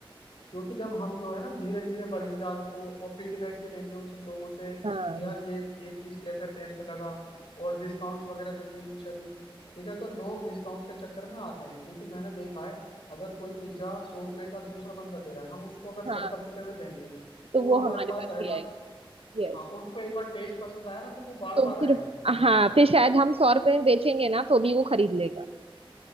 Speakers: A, on the left; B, on the right.
A: क्योंकि जब हम जो है ना धीरे धीरे बढ़ेंगे आगे को और फीडबैक भी लेंगे उनसे लोगों से कि
B: हाँ
A: यार ये ये चीज कैसा टेस्ट लगा और डिस्काउंट्स वगैरह देंगे इनिशियली ठीक है तो लोग डिस्काउंट के चक्कर में आते हैं क्योंकि मैंने देखा है अगर कोई पिज्जा सौ रुपए का दूसरा बंदा दे रहा है हम उसको अगर सत्तर
B: हाँ
A: रुपए में देंगे तो
B: तो वो
A: वो हमारे
B: हमारे
A: पास
B: पास
A: आएगा
B: ही आएगी यस
A: हाँ और उसको एक बार टेस्ट पसंद आया ना तो वो बार
B: तो
A: बार आएगा
B: फिर
A: फिर
B: हाँ फिर शायद हम सौ रुपए में बेचेंगे ना तो भी वो खरीद लेगा